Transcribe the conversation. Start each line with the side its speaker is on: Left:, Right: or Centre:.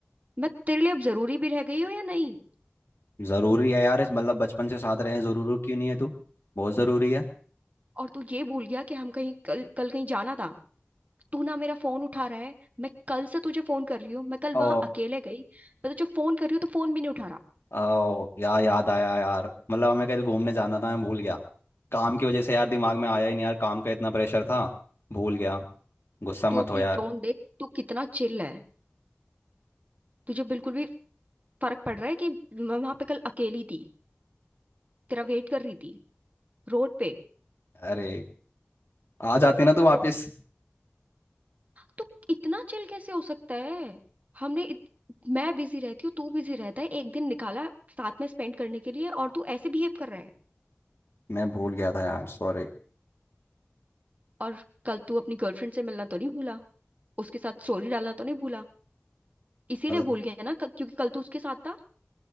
Right: मैं तेरे लिए अब जरूरी भी रह गई हूँ या नहीं
Left: जरूरी है यार इस मतलब बचपन से साथ रहे हैं जरूरी क्यों नहीं है तू बहुत जरूरी है
Right: और तू ये भूल गया कि हम कहीं कल कल कहीं जाना था तू ना मेरा फोन उठा रहा है मैं कल से तुझे फोन कर रही हूँ मैं कल वहां
Left: ओ
Right: अकेले गई मैं तुझे फोन कर रही हूँ तो फोन भी नहीं उठा रहा
Left: ओ यार याद आया यार मतलब हमें कल घूमने जाना था मैं भूल गया काम की वजह से यार दिमाग में आया ही नहीं यार काम का इतना प्रेशर था भूल गया गुस्सा
Right: तू
Left: मत
Right: अपनी
Left: हो यार
Right: टोन देख तू कितना चिल है तुझे बिल्कुल भी फर्क पड़ रहा है कि मैं वहां पे कल अकेली थी तेरा वेट कर रही थी रोड पे
Left: अरे आ जाते ना तू वापस
Right: तो इतना चिल कैसे हो सकता है हमने इत... मैं बिजी रहती हूँ तू बिजी रहता है एक दिन निकाला साथ में स्पेंड करने के लिए और तू ऐसे बिहेव कर रहा है
Left: मैं भूल गया था यार सॉरी
Right: और कल तू अपनी गर्लफ्रेंड से मिलना तो नहीं भूला उसके साथ स्टोरी डालना तो नहीं भूला इसीलिए
Left: मतलब
Right: भूल गया ना क- क्योंकि कल तू उसके साथ था